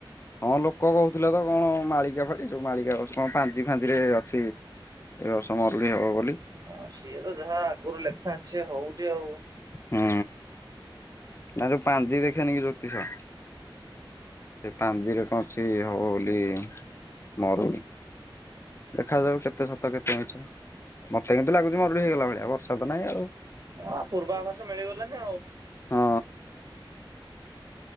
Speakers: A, on the left; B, on the right.
A: ହଁ ଲୋକ କହୁଥିଲେ ତ କଣ ମାଳିକା ପା ଏ ଯୋଉ ମାଳିକା କହୁଛି କଁ ପାଞ୍ଜି ଫାଞ୍ଜିରେ ଅଛି ଏ ବର୍ଷ ମରୁଡି ହବ ବୋଲି।
B: ହଁ ସିଏ ତ ଯାହା ଆଗୁରୁ ଲେଖା ଅଛି ହଉଚି ଆଉ।
A: ହୁଁ ନା ଯୋଉ ପାଞ୍ଜି ଦେଖେନି କି ଜୋତିଷ ସେ ପାଞ୍ଜିରେ କଁ ଅଛି ହବ ବୋଲି ମରୁଡି। ଦେଖାଯାଉ କେତେ ସତ କେତେ ମିଛ। ମତେ କିନ୍ତୁ ଲାଗୁଛି ମରୁଡି ହେଇଗଲା ଭଳିଆ ବର୍ଷା ତ ନାହିଁ ଆଉ।
B: ହଁ ପୂର୍ବା ଆଭାସ ମିଳିଗଲାନି ଆଉ।
A: ହଁ